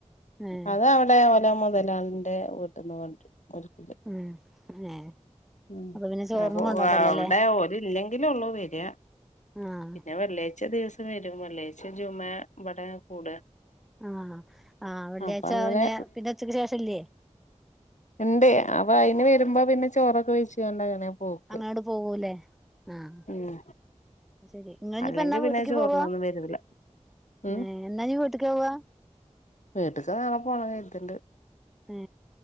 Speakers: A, in the centre; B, on the left (about 75°).
A: ഏഹ്
B: അത് അവിടെ ഓലെ മൊതലാളി എന്റെ വീട്ടിന്ന് കൊണ്ടു വരും ഓൽക്ക്
A: ഉം ഏഹ്
B: ഉം
A: അപ്പൊ പിന്നെ ചോറൊന്നും
B: അപ്പൊ
A: കൊണ്ടോണ്ടല്ലോ
B: ആഹ് അവിടെ
A: അല്ലേ
B: ഓല് ഇല്ലെങ്കിലൊള്ളൂ വരിക
A: ആഹ്
B: പിന്നെ വെള്ളിയാഴ്ച്ച ദിവസം വരും വെള്ളിയാഴ്ച ജുമാ ഇവിടെ കൂടാ
A: ആഹ് ആഹ് വെള്ളിയാഴ്ച
B: അപ്പൊ അങ്ങനെ
A: പിന്നെ പിന്നെ ഉച്ചയ്ക്ക് ശേഷം ഇല്ലിയെ
B: ഇണ്ട് അപ്പൊ അതിന് വരുമ്പോ പിന്നെ ചോറൊക്കെ വെച്ച്കൊണ്ട് അങ്ങനെ പോക്ക്
A: അങ്ങാട് പോവൂല്ലേ ആഹ്
B: ഉം
A: ശരി ഇങ്ങളിനിപ്പോ
B: അല്ലെങ്കി
A: എന്നാ വീട്ടിക്ക്
B: പിന്നെ ചോറിനൊന്നും
A: പോവാ
B: വരൂല ഉം
A: ഏഹ് എന്നാ ഇനി വീട്ട്ക്ക് പോവാ
B: വീട്ട്ക്ക് നാളെ പോണം കരുതുന്നുണ്ട്
A: ഏ